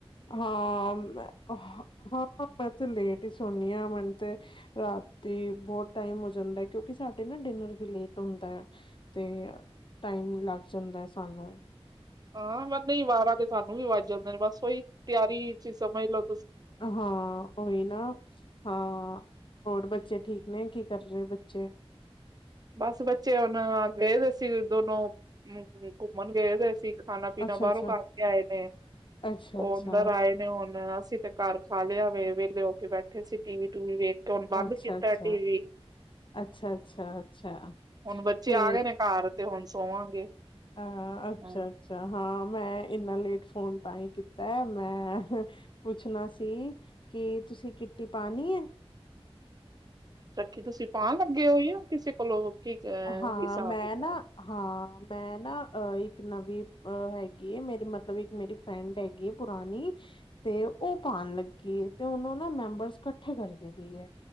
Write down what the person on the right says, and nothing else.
ਹਾਂ ਮ ਨਹੀਂ ਵਾਰਾਂ ਤੇ ਸਾਨੂੰ ਵੀ ਵੱਜ ਜਾਂਦੇ ਨੇਂ ਬਸ ਉਹੀ ਤਿਆਰੀ ਸਮਝ ਲੋ।
ਬਸ ਬੱਚੇ ਹੁਣ ਗਏਦੇ ਸੀ ਦੋਨੋਂ ਘੁੰਮਣ ਗਏਦੇ ਸੀ। ਖਾਣਾ-ਪੀਣਾ
ਬਾਹਰੋਂ ਕਰ ਕੇ ਆਏ ਨੇਂ
ਉਹ ਅੰਦਰ ਆਏ ਨੇ ਹੁਣ ਅਸੀਂ ਤੇ ਘਰ ਖਾ ਲਿਆ ਵੇ ਵਿਹਲੇ ਹੋ ਕੇ ਬੈਠੇ ਸੀ ਟੀਵੀ ਟੂਵੀ ਵੇਖ ਕੇ ਹੁਣ ਬੰਦ
ਕੀਤਾ ਟੀ ਵੀ।
ਹੁਣ ਬੱਚੇ
ਆ ਗਏ ਨੇਂ ਘਰ ਤੇ ਹੁਣ ਸੋਵਾਂਗੇ।
ਹੂੰ।
ਛੱਕੀ ਤੁਸੀਂ ਪਾ ਲੱਗੇ ਹੋ ਜਾਂ ਕਿਸੇ ਕੋਲੋਂ ਕੀ ਅ
ਹਿਸਾਬ
ਕਿਤਾਬ?